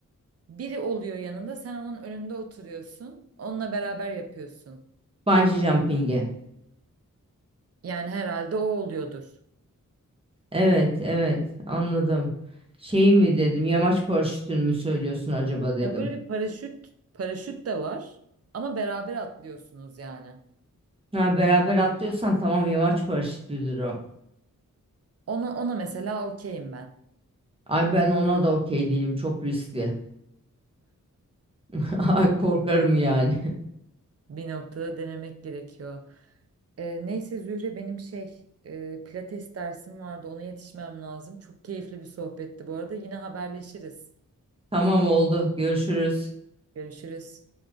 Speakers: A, on the right; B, on the right.
A: biri oluyor yanında, sen onun önünde oturuyorsun. Onunla beraber yapıyorsun.
B: Bungee jumping'i.
A: Yani herhalde o oluyordur.
B: Evet, evet anladım. Şey mi dedim, yamaç paraşütünü mü söylüyorsun acaba dedim.
A: Ya böyle bir paraşüt, paraşüt de var ama beraber atlıyorsunuz yani.
B: Ha beraber atlıyorsan tamam yamaç paraşütüdür o.
A: Ona ona mesela okeyim ben.
B: Ay ben ona da okey değilim, çok riskli. <laughs> Ay korkarım yani.
A: Bir noktada denemek gerekiyor. Ee, neyse Zühre benim şey e, pilates dersim vardı ona yetişmem lazım. Çok keyifli bir sohbetti bu arada. Yine haberleşiriz.
B: <laughs> Tamam oldu, görüşürüz.
A: Görüşürüz.